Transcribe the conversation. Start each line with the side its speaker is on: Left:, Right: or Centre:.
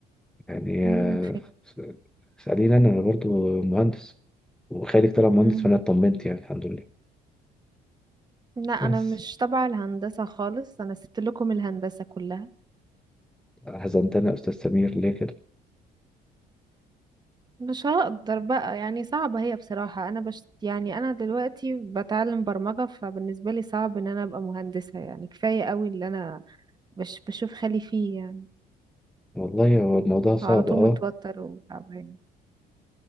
Centre: يعني
Right: امم
Centre: آه، س- اسأليني أنا أنا برضو مهندس وخالد طلع
Right: فهمت
Centre: مهندس فأنا اطمنت يعني الحمد لله
Right: لا انا
Centre: بس
Right: مش تبع الهندسة خالص انا سبت لكم الهندسة كلها
Centre: حزنتني يا أستاذ سمير ليه كده
Right: مش هقدر بقى يعني صعبة هي بصراحة انا بش يعني انا دلوقتي بتعلم برمجة فبالنسبة لي صعب ان انا ابقى مهندسة يعني كفاية قوي اللي انا بش بشوف خالي فيه يعني
Centre: والله هو الموضوع صعب
Right: على طول
Centre: أه
Right: متوتر وتعبان